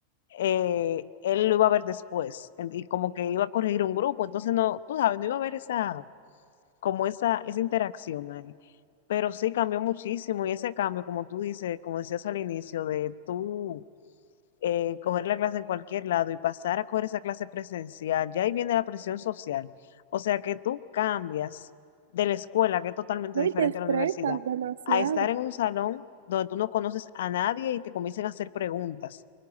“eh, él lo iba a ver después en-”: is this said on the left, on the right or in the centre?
Left